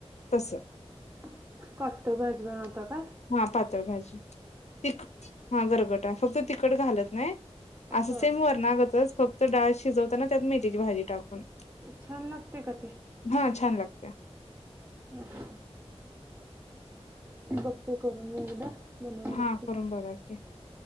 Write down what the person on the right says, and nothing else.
<inaudible> पातळ भाजी बनवता काय?
हा
छान लागतंय का ते?
<inaudible> <unintelligible> बघतो करून मी एकदा. बनवून
बघते.